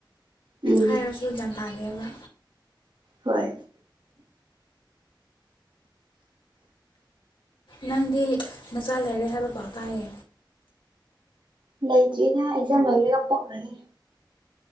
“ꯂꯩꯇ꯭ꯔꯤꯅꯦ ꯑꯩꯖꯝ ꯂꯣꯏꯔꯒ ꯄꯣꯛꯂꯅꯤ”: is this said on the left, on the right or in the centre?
Right